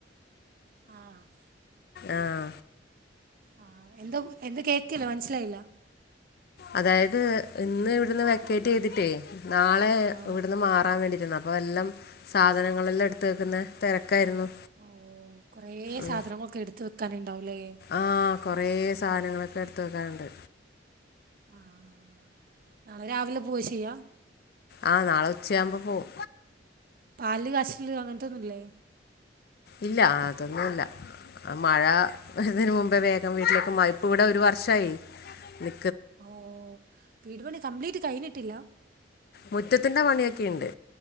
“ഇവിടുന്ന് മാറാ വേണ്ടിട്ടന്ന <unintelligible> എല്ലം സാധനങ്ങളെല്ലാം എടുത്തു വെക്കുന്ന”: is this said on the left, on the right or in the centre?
Left